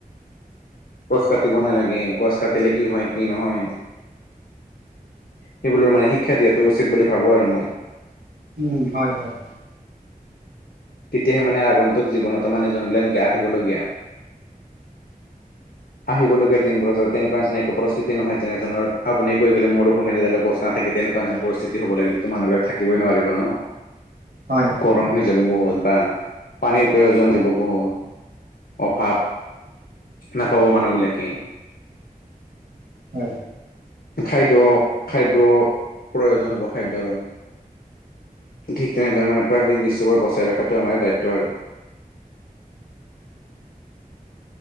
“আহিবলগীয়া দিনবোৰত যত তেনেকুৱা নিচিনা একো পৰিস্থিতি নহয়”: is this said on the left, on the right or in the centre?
Left